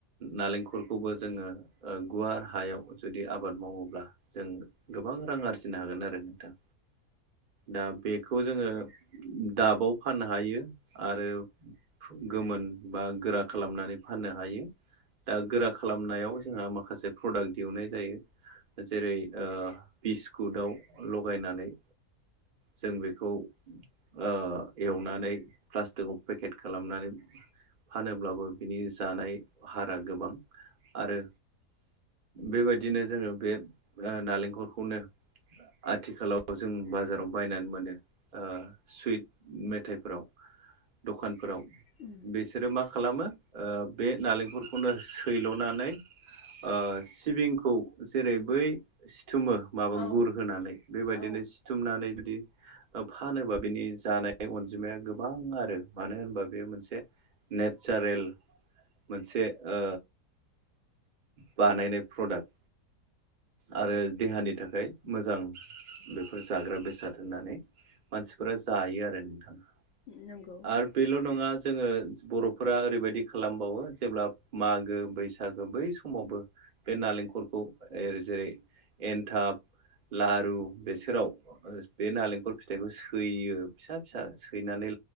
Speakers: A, on the right; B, on the left.
A: नालेंखलखौबो जोङो गुवार हायाव जुदि आबाद मावोब्ला जों गोबां रां आरजिनो हागोन आरो नोंथां दा बेखौ जोङो दाबाव फाननो हायो आरो गोमोन बा गोरा खालामनानै फाननो हायो दा गोरा खालामनायाव जोंहा माखासे प्रडाक्ट दिहुननाय जायो जेरै ओ बिस्कुटाव लगायनानै जों बेखौ ओ एवनानै प्लास्टिकयाव पेकेट खालामनानै फानोब्लाबो बिनि जानाय हारा गोबां आरो बेबायदिनो जोङो बे नालेंखलखौनो आथिखालाव जों बाजाराव बायनानै मोनो सुइट मेथाइफोराव दखानफोराव
B: उम
A: बेसोरो मा खालामो बे नालेंखरखौनो सैल'नानै ओ सिबिंखौ जेरै बै सिथुमो माबा
B: औ
A: गुर होनानै बेबायदिनो
B: औ
A: सिथुमनानै जुदि फानोबा बिनि जानाय अनजिमाया गोबां आरो मानो होनबा बे मोनसे नेचारेल मोनसे ओ बानायनाय प्रडाक्ट आरो देहानि थाखाय मोजां बेफोर जाग्रा बेसाद होननानै मानसिफोरा जायो आरो नोंथाङा
B: नांगौ
A: आरो बेल' नङा जोङो बर'फोरा ओरैबायदि खालामबावो जेब्ला मागो बैसागो बै सम समावबो बे नालेंखलखौ जेरै एनथाब लारु बेसोराव बे नालेंखल फिथाइखौ सैयो फिसा फिसा सैनानै